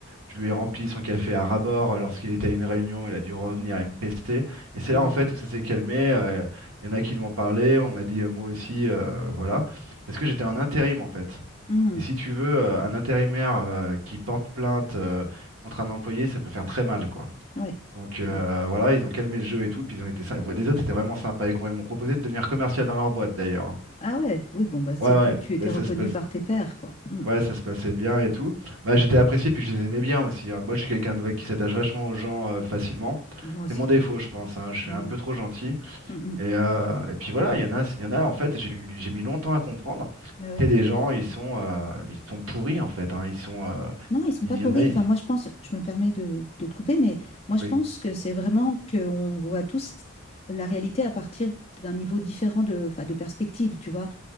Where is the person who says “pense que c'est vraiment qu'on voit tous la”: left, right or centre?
Left